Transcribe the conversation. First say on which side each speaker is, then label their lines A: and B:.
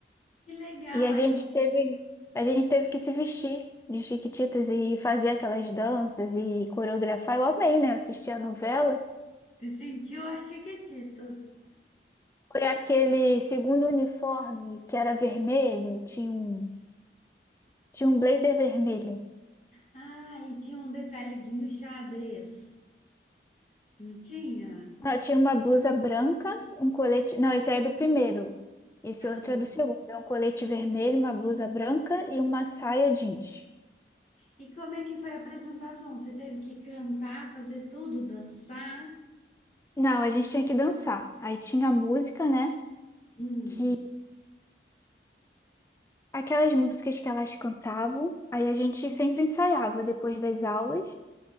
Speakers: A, on the left (about 40°); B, on the left (about 15°).
A: Que legal
B: E a
A: aí.
B: gente teve, a gente teve que se vestir de Chiquititas e fazer aquelas danças e coreografar. Eu amei, né? Assistir a novela.
A: Tu sentiu a Chiquitita.
B: Foi aquele segundo uniforme que era vermelho, tinha um, tinha um blazer vermelho.
A: Ah, e tinha um detalhezinho xadrez. Não tinha?
B: Não, tinha uma blusa branca, um colete. Não, esse aí é do primeiro. Esse
A: Ah.
B: outro é do segundo. É um colete vermelho, uma blusa branca e uma saia jeans.
A: E como é que foi a apresentação? Você teve que cantar, fazer tudo, dançar?
B: Não, a gente tinha que dançar. Aí tinha a música, né?
A: Hum,
B: Que aquelas músicas que elas cantavam. Aí a gente sempre ensaiava depois das aulas